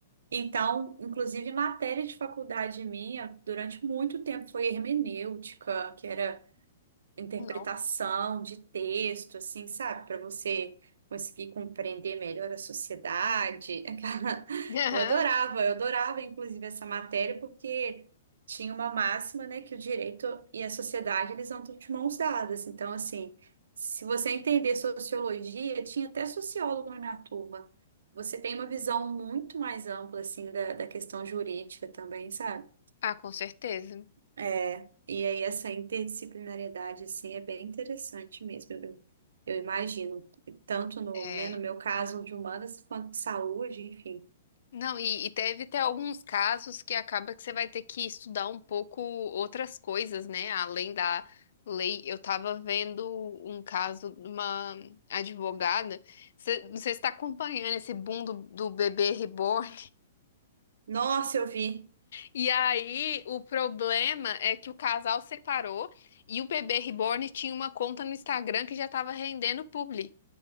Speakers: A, on the right (about 80°); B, on the left (about 70°).
A: Então, inclusive, matéria de faculdade minha, durante muito tempo, foi hermenêutica, que era interpretação
B: Não.
A: de texto, assim, sabe? Para você conseguir compreender melhor a sociedade. <laughs> Aquela-
B: Aham.
A: Eu adorava, eu adorava, inclusive, essa matéria, porque tinha uma máxima, né, que o direito e a sociedade, eles andam de mãos dadas. Então, assim, se você entender sociologia, tinha até sociólogo na minha turma. Você tem uma visão muito mais ampla, assim, da, da questão jurídica também, sabe?
B: Ah, com certeza.
A: É, e aí essa interdisciplinariedade, assim, é bem interessante mesmo, eu, eu imagino. Tanto no,
B: É.
A: né, no meu caso de humanas, quanto de saúde, enfim.
B: Não, e, e deve ter alguns casos que acaba que você vai ter que estudar um pouco outras coisas, né? Além da lei. Eu tava vendo um caso de uma advogada. Você, não sei se está acompanhando esse boom do, do bebê reborn.
A: Nossa, eu vi,
B: E aí, o problema é que o casal separou e o bebê reborn tinha uma conta no Instagram que já estava rendendo publi.